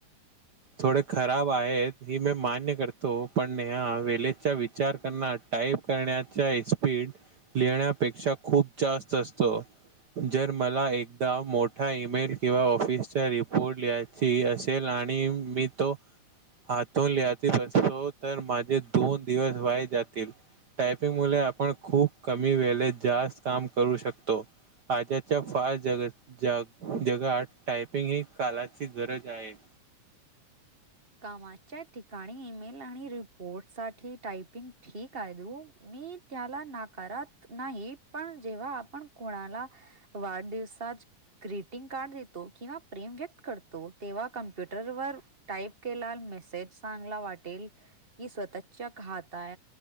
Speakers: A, on the right (about 70°); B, on the right (about 25°).
A: थोडे खराब आहेत ही मी मान्य करतो पण न वेळेचा विचार करना टाईप करण्याचा स्पीड लिण्यापेक्षा खूप जास्त असतो जर मला एकदा मोठ मो ईमेल किंवा ऑफिसचा रिपोर्ट लियची असेल आणि मी तो हातून लिही बसतो तर माझे दोन दिवस वाय जातील टायपिंग मु आपण खूप कमी वेेत जास्त काम करू शकतो आजच्या फार जग जगात टायपिंग ही कालाची गरज आहे ह
B: कामाच्या ठिकाणी ईमेल आणि रिपोर्ट साठी टायपिंग ठीक आहे रु मी त्याला नाकारत नाही पण जेव्हा आपण कोणाला वाढदवसात कार दो किंवा प्रेम व्यक्त करतो तेव्हा कमप्युटर व टाप केला मेसेज चांगला वाटेल की स्वतःच्या खात